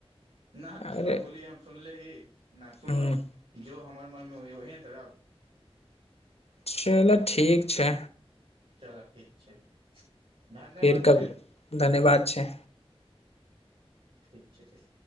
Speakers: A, on the right (about 65°); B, on the left (about 80°).
A: <unintelligible> न त
B: अरे
A: तो बोली हम ही न सुुनब
B: ह
A: जो हमर मनमे हो वही तरब
B: चलऽ ठीक छै
A: चलऽ ठीक छै धन्यवाद
B: फेर कब
A: छै
B: धन्यवाद छै
A: ठीक छै ठीक